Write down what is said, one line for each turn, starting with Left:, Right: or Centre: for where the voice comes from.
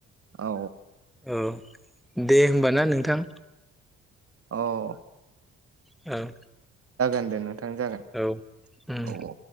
Right: औ
Centre: औ दे होमब ना नोंथां
Right: औ
Centre: औ
Right: जागोन दे नोंथां जागोन
Centre: औ उम
Right: औ-औ